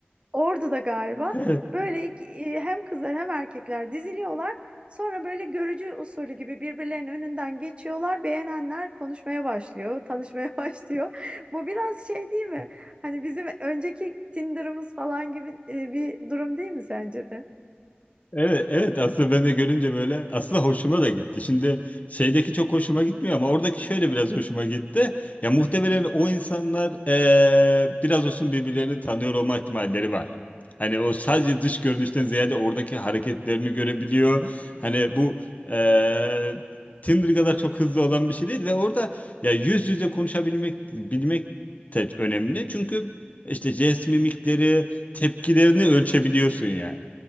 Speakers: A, on the right; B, on the left.
A: Orada da galiba
B: <laughs>
A: böyle iki- e, hem kızlar hem erkekler diziliyorlar. Sonra böyle görücü usulü gibi birbirlerinin önünden geçiyorlar. Beğenenler konuşmaya başlıyor, tanışmaya <laughs> başlıyor. Bu biraz şey değil mi? Hani bizim önceki Tinder'ımız falan gibi e, bir durum değil mi sence de?
B: Evet, evet aslında ben de görünce böyle aslında hoşuma da gitti. Şimdi şeydeki çok hoşuma gitmiyor ama oradaki şöyle biraz hoşuma gitti. Ya muhtemelen o insanlar eee, biraz olsun birbirlerini tanıyor olma ihtimalleri var. Hani o sadece dış görünüşten ziyade oradaki hareketlerini görebiliyor. Hani bu eee Tinder kadar çok hızlı olan bir şey değil ve orada ya yüz yüze konuşabilmek bilmek de önemli. Çünkü işte jest mimikleri, tepkilerini ölçebiliyorsun yani.